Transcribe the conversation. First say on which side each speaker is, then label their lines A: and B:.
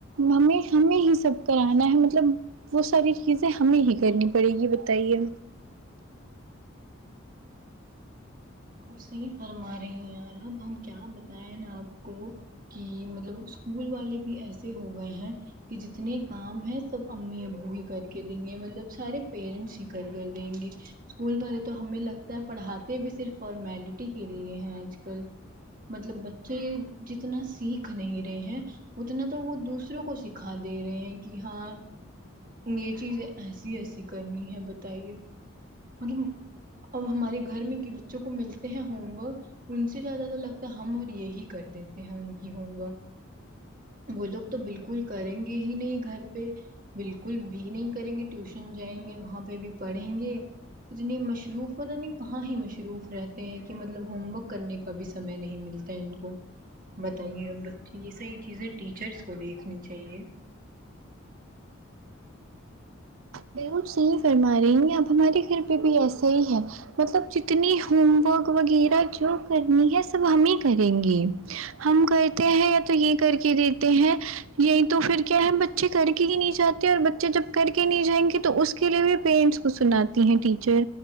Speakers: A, on the right; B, on the right.
A: ہمیں ہمیں ہی سب کرانا ہے مطلب وہ ساری چیزیں ہمیں ہی کرنی پڑے گی بتائیے
B: بالکل صحیح فرما رہی ہیں یار اب ہم کیا بتائے نا آپ کو کہ مطلب اسکول والے بھی ایسے ہو گئے ہیں کہ جتنے کام ہیں سب امی ابو ہی کر کے دیں گے مطلب سارے پیرنٹس ہی کر کر دیں گے اسکول والے تو ہمیں لگتا ہے پڑھاتے بھی صرف فارمیلٹی کے لیے ہے آج کل مطلب بچے جتنا سیکھ نہیں رہے ہیں اتنا تو وہ دوسروں کو سکھا دے رہے ہیں کہ ہاں یہ چیزیں ایسی ایسی کرنی ہے بتائیے مطلب ا ہمارے گھر میں کہ بچوں کو ملتے ہیں ہوم ورک ان سے زیادہ تو لگتا ہے ہم اور یہی کر دیتے ہیں ان کی ہوم ورک وہ لوگ تو بالکل کریں گے ہی نہیں گھر پہ بالکل بھی نہیں کریں گے ٹیوشن جائیں گے وہاں پہ بھی پڑھیں گے اتنے مشروف ہوتا نہیں کہاں ہی مشروف رہتے ہیں کہ مطلب ہوم ورک کرنے کبھی سمے نہیں ملتا ہے ان کو بتائیے ا یہ صحیح چیزیں ٹیچرس کو دیکھنی چاہیے
A: ب صحیح فرما رہی ہیں اب ہمارے گھر پہ بھی ایسا ہی ہے مطلب جتنی ہوم ورک وغیرہ جو کرنی ہے سب ہمیں کریں گے ہم کرتے ہیں یا تو یہ کر کے دیتے ہیں یہی تو پھر کیا ہے بچے کر کے ہی نہیں چاہتے اور بچے جب کر کے نہیں جائیں گے تو اس کے لیے بھی پیرنٹس کو سناتی ہیں ٹیچر